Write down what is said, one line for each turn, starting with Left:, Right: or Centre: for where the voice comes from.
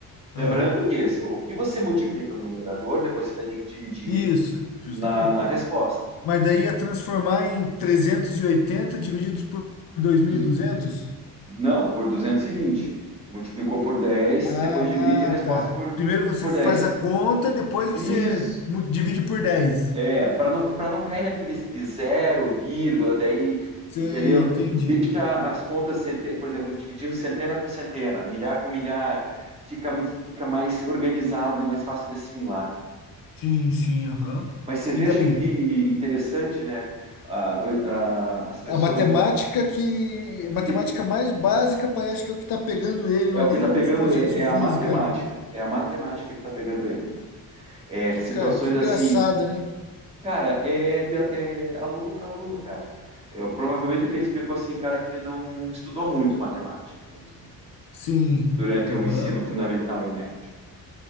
Left: Ah,
Right: Lembrando que esse, o que você multiplica no numerador, depois você vai ter que dividir
Left: isso, justamente.
Right: na, na resposta.
Left: Mas daí ia transformar em 380 divididos por 2.200?
Right: Du- não, por 220. Você multiplicou por 10,
Left: Ah,
Right: depois divide a resposta
Left: ah, tá.
Right: por,
Left: Primeiro você
Right: por
Left: faz
Right: 10.
Left: a conta e depois
Right: Isso.
Left: você mu- divide por dez
Right: É, para não, para não cair naqueles de zero, vírgula, daí,
Left: Você
Right: entendeu?
Left: entende?
Right: Deixa as contas, centen- por exemplo, dividindo centena com centena, milhar com milhar, fica, fica mais organizado e mais fácil de assimilar.
Left: Sim, sim, aham.
Right: Mas você veja
Left: E daí?
Right: que interessante, né? A- a- as pessoas.
Left: A matemática que. A matemática
Right: que-
Left: mais básica parece que é o que tá pegando ele,
Right: É
Left: não é
Right: o
Left: nem
Right: que está
Left: os
Right: pegando
Left: conceitos
Right: ele, é
Left: de física,
Right: a matemática.
Left: né?
Right: É a matemática que está pegando ele, cara. É
Left: Que,
Right: situações
Left: ca- que engraçada,
Right: assim,
Left: né?
Right: cara, é, de- é aluno para aluno, cara. É, provavelmente o que ele explicou assim, cara, é que ele não estudou muito matemática mesmo,
Left: Sim.
Right: durante
Left: Aham.
Right: o ensino fundamental e médio.